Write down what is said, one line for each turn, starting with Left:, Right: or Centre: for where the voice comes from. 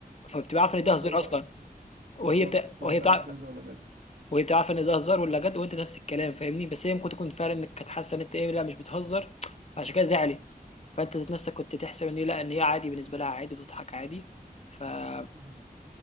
Left: فبتبقى عارفه ان
Right: تبقى
Left: ده
Right: انت
Left: هزار
Right: ولقط
Left: اصلا وهي
Right: بالظبط
Left: بتا...
Right: تبقى
Left: وهي
Right: انت
Left: بتاع
Right: عارف ده هزار ولا جد
Left: وهي بتبقى عارفة إن ده هزار والّا جد وأنت نفس الكلام فاهمني، بس هي ممكن تكون فعلًا انك كانت حاسة إن أنت إيه، لأ مش بتهزر فعشان كده زعلِت، فأنت ذات نفسك كنت تحسب إن هي لأ، إن هي عادي بالنسبة لها عادي وبتضحك عادي، فبس.
Right: مم.